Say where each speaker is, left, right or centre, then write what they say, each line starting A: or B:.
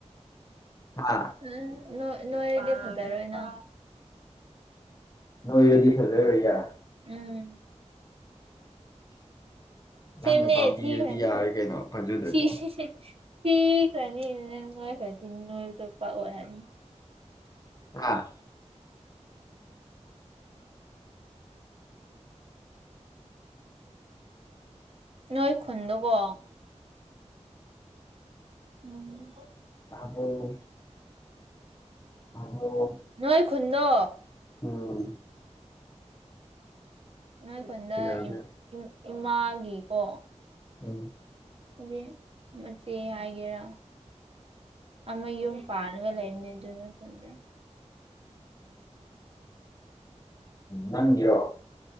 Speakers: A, on the left; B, on the right.
A: ꯍꯥ
B: ꯎꯝ ꯅꯣꯏ ꯅꯣꯏꯔꯗꯤ ꯐꯖꯔꯣꯏꯅ
A: ꯅꯣꯏꯔꯗꯤ ꯐꯖꯥꯔꯣꯏꯌꯦ
B: ꯎꯝ
A: <inaudible> ꯅꯪꯅ
B: ꯁꯦꯝꯅꯦ
A: ꯄꯥꯝꯕꯤꯔꯗꯤ
B: ꯊꯤꯈ꯭ꯔꯅꯤ
A: ꯌꯥꯔꯦ ꯀꯩꯅꯣ ꯐꯖꯗ꯭ꯔꯁꯨ
B: ꯁꯤ ꯊꯤꯈ꯭ꯔꯅꯤ ꯅꯪ ꯅꯣꯏꯈ꯭ꯔꯗꯤ ꯅꯣꯏꯕꯗꯣ ꯄꯛꯑꯣꯏ ꯍꯥꯏꯕꯅꯦ
A: ꯑꯥ
B: ꯅꯣꯏ ꯈꯨꯟꯗꯨꯀꯣ ꯎꯝ
A: ꯇꯕ꯭ꯔꯣ ꯇꯕ꯭ꯔꯣ
B: ꯅꯣꯏ ꯈꯨꯟꯗꯣ
A: ꯎꯝ
B: ꯅꯣꯏ ꯈꯨꯟꯗ
A: ꯌꯥꯒꯦ
B: ꯏꯝ ꯏꯃꯥꯒꯤꯀꯣ
A: <unintelligible>
B: ꯗꯤ ꯃꯆꯦ ꯍꯥꯏꯒꯦꯔꯥ ꯑꯃ ꯌꯨꯝ ꯄꯥꯔꯒ ꯂꯩꯕꯅꯦ ꯑꯗꯨ ꯅꯣꯏ ꯈꯨꯟꯗ
A: ꯅꯪꯒꯤꯔꯣ